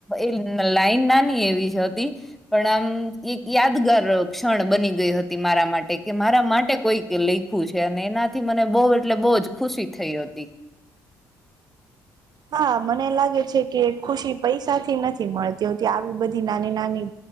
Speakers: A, in the centre; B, on the right.
A: એ લાઈન નાની એવી જ હતી પણ આમ ઈ યાદગાર ક્ષણ બની ગઈ હતી મારા માટે કે મારા માટે કોઈ કે લઈખ્યું છે અને એનાથી મને બો એટલે બો જ ખુશી થઈ હતી.
B: હા મને લાગે છે કે ખુશી પૈસાથી નથી મળતી હોતી આવી બધી નાની નાની